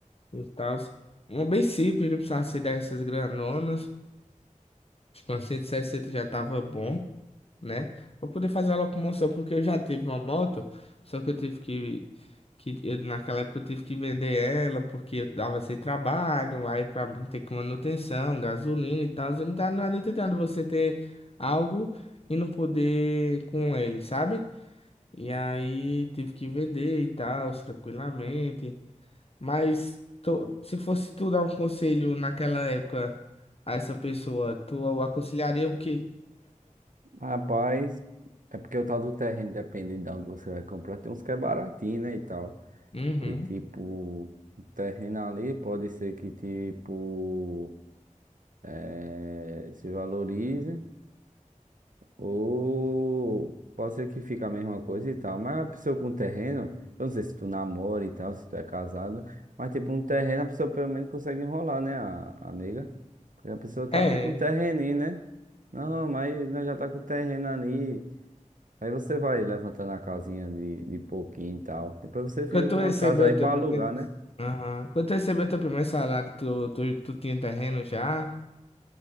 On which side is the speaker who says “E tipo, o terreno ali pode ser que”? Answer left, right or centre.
Right